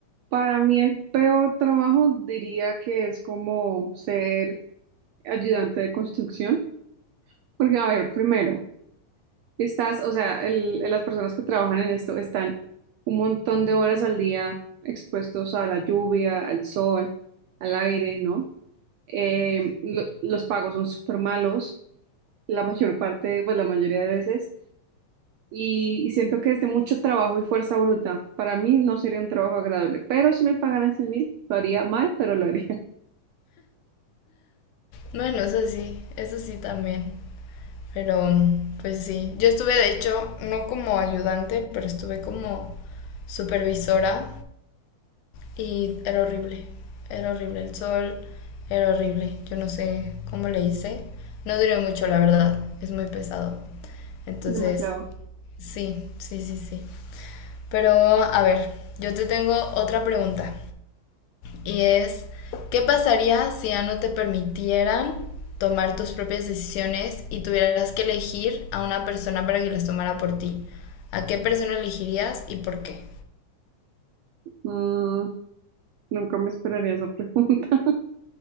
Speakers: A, on the right; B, on the left.
A: Para mí el peor trabajo diría que es como ser ayudante de construcción, porque a ver, primero, estás, o sea, el- las personas que trabajan en esto están un montón de horas al día expuestos a la lluvia, al sol, al aire, ¿no? Eh, lo- los pagos son súper malos, la mayor parte, pues la mayoría de veces. y, y siento que es de mucho trabajo y fuerza bruta. Para mí no sería un trabajo agradable, pero si me pagaran 100 mil, lo haría mal, pero lo haría.
B: Bueno, eso sí, eso sí también. Pero pues sí, yo estuve de hecho no como ayudante, pero estuve como supervisora y era horrible, era horrible el sol, era horrible. Yo no sé cómo le hice. No duré mucho, la verdad, es muy pesado. Entonces,
A: <laughs> Demasiado.
B: sí, sí, sí, sí. Pero a ver, yo te tengo otra pregunta y es, ¿qué pasaría si ya no te permitieran tomar tus propias decisiones y tuvieras que elegir a una persona para que las tomara por ti? ¿A qué persona elegirías y por qué?
A: Mm, nunca me esperaría esa pregunta. <laughs>